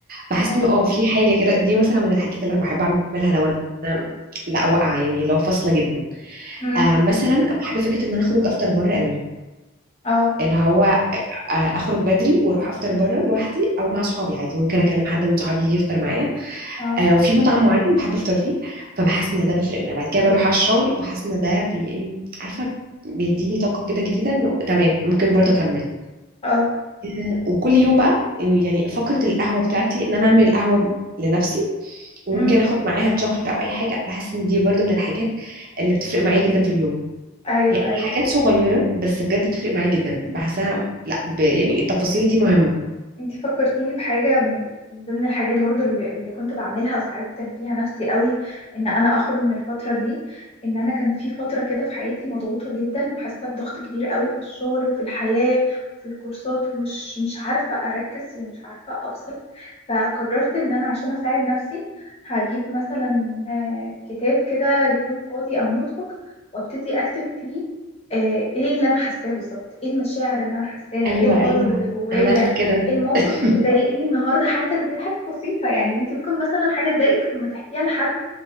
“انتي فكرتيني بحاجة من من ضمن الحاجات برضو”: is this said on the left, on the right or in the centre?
Left